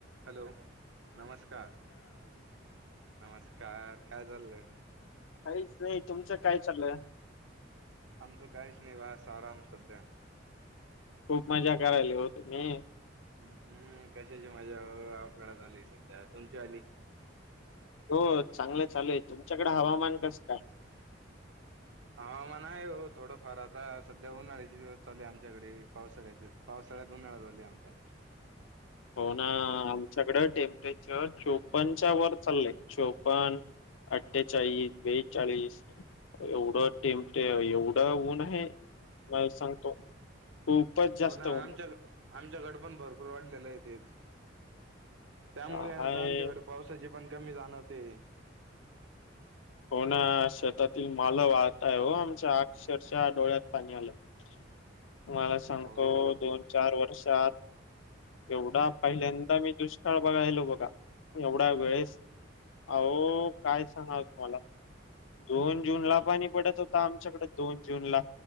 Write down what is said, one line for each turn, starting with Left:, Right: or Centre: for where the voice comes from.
Right: हॅलो नमस्कार नमस्कार काय चालंय?
Left: काहीच नाही तुमचं काय चाललं?
Right: आमचं काहीच नाही बस आराम सध्या
Left: खूप मजा करायलोय हो तुम्ही
Right: हम्म -हम्म कशाची मजा ओ अवकळा झाली सध्या तुमच्या आली
Left: हो चांगलं चालू आहे तुमच्याकडे हवामान कसकाय?
Right: हवामान आहे हो थोडंफार आता सध्या उन्हाळ्याची दिवस चालू आहे आमच्याकडे पावसाळ्याचे पावसाळ्यात उन्हाळा चालूये आमचा
Left: हो ना आमच्याकड टेम्परेचर चोपन्नच्या वर चाललंय चोपन्न अठ्ठेचाळीस, बेचाळीस एवढं टेम्ट- एवढं एवढं ऊन आहे <unintelligible> सांगतो खूपच जास्त
Right: हो ना
Left: ऊन
Right: आमच्या
Left: आहे
Right: -आमच्याकड पण भरपूर वाढलेलं आहे तेच त्यामुळे
Left: काय
Right: आता आमच्याकडे पावसाची पण कमी जाणवते
Left: होना शेतातील मालं वाहताय हो आमच्या अक्षरशः डोळ्यात पाणी आलं तुम्हाला सांगतो
Right: हो
Left: दोन- चार वर्षात एवढा पहिल्यांदा मी दुष्काळ बघायलो बघा एवढ्या वेळेस अहो काय सांगावं तुम्हाला दोन जूनला
Right: हम्म
Left: पाणी पडत हो आता आमच्याकडे दोन जून ला